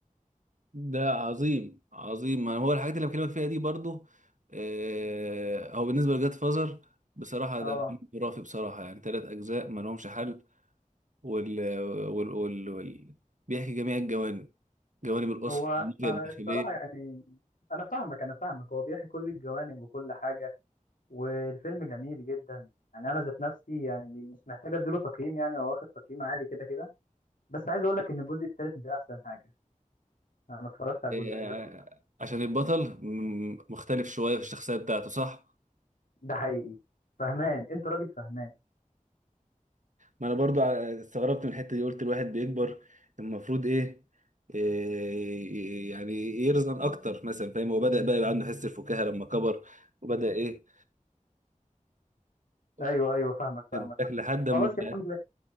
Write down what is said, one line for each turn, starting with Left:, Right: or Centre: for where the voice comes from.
Right: ده عظيم عظيم ما هو الحاجات اللي بكلمك فيها دي برضو آه هو بالنسبة لجاد فازر بصراحة
Left: اه
Right: ده فيلم خرافي بصراحة يعني ثلاث أجزاء ما لهمش حل وال... وال... وال... وال... بيحكي جميع الجوانب جوانب الأسرة
Left: هو
Right: النية
Left: آه،
Right: الداخلية
Left: الصراحه يعني انا فاهمك انا فاهمك هو بيحكي كل الجوانب وكل حاجه والفيلم جميل جدا يعني انا ذات نفسي يعني مش محتاج اديله تقييم يعني هو واخد تقييم عالي كده كده بس عايز اقول لك ان الجزء الثالث مش احسن حاجه انا اتفرجت على الجزء الاجزاء
Right: آه،
Left: كلها
Right: عشان البطل م- مختلف شوية في الشخصية بتاعته صح؟
Left: ده حقيقي فهمان انت راجل فهمان
Right: ما انا برضو ع- استغربت من الحته دي قلت الواحد بيكبر المفروض ايه, إيه يعني يرزن اكتر مثلا فاهم هو بدأ بقى يبقى عنده حس الفكاهه لما كبر وبدأ ايه واخد
Left: ايوه ايوه فاهمك فاهمك
Right: بالك لحد
Left: خلاص
Right: ما
Left: يا عم